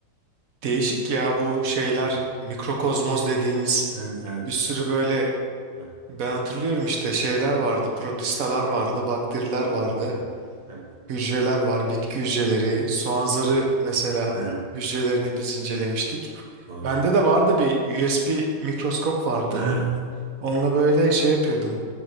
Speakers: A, on the right; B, on the right.
A: değişik ya bu şeyler.
B: Evet,
A: Mikrokozmoz dediğimiz
B: evet.
A: bir sürü böyle
B: Ha,
A: ben hatırlıyorum işte şeyler vardı. Protistalar vardı, bakteriler
B: Evet,
A: vardı,
B: evet, evet,
A: hücreler var, bitki hücreleri, soğan zarı
B: evet.
A: mesela
B: <laughs> Hı,
A: hücrelerini biz incelemiştik.
B: Doğru.
A: Bende
B: evet
A: de vardı bir USB mikroskop vardı.
B: ha,
A: Onunla böyle şey yapıyordum.